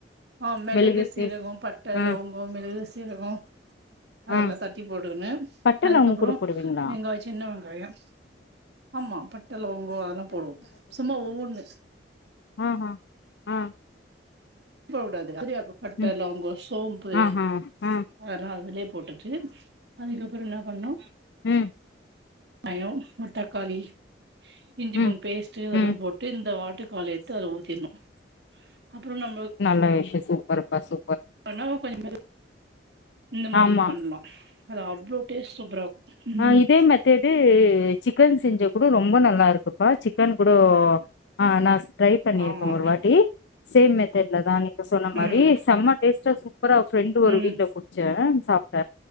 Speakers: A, on the right; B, on the left.
A: ஆ மெளகு
B: மெழுகு
A: சீரகொ
B: சீர்
A: பட்ட
B: ஆ
A: லவங்கொ <unintelligible> ஜீரகோ அதல்லா
B: ஆ
A: தட்டி போட்டுகுனு
B: பட்ட
A: அதுக்கப்புறோ
B: லவங்க கூட போடுவீங்களா
A: வெங்காய் சின்ன வெங்காயம் ஆமா பட்ட லவங்கோ அதல்லா போடுவோ சும்மா ஒவ்வொன்னு
B: ஆ ஹ ஆ <inaudible>
A: போ கூடாது <unintelligible> பட்ட
B: ம்
A: லவங்கோ ஷோம்பு
B: ஆஹா ஆ
A: அதல்லா அதுலியே போட்டுட்டு அதிக ப்புற என்னா பண்ணு
B: உம்
A: காயோ ஒர் தக்காளி இஞ்சி
B: ம்
A: பூண்டு பேஸ்ட் இதெல்லாம்
B: ம்
A: போட்டு இந்த வா ட்டு கால எத்து அதுல ஊத்திடனு அப்புறோ நம்
B: நல்ல விஷயொ சூப்பர் பசு
A: ஆனா கொஞ்சோ <unintelligible> இந்த மாரில்லா
B: ஆமா
A: பண்லா அது அவ்ள டேஸ் சூப்பரா இருக்கு ம்
B: ஆஹ் இதே மெத்தேடு சிக்கன் செஞ்சா கூட ரொம்ப நல்லா இருக்குப்பா சிக்கன் கூட ஆஹ் நா ட்ரை பண்ணியிருக்க
A: ஆமா
B: ஒரு வாட்டி சேம் மெத்தட்லதா நீங்க சொன்ன மாரி
A: ம்
B: செம்ம டேஸ்ட்டா சூப்பரா ஃப்ரெண்டு ஒரு
A: ம்
B: வீட்ல குடிச்ச சாப்பிட்ட